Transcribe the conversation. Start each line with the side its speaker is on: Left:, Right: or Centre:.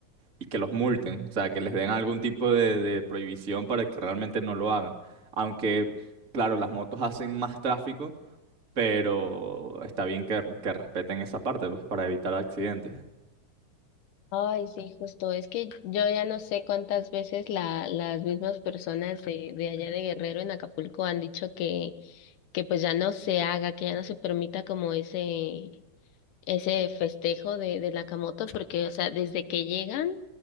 Right: y que los multen, o sea, que les den algún tipo de, de prohibición para que realmente no lo hagan. Aunque, claro, las motos hacen más tráfico, pero está bien que, que respeten esa parte, pues, para evitar accidentes.
Left: Ay, sí, justo. Es que yo ya no sé cuántas veces la, las mismas personas de, de allá de Guerrero en Acapulco han dicho que pues ya no se haga, que ya no se permita como ese, ese festejo de, de la Camoto, porque, o sea, desde que llegan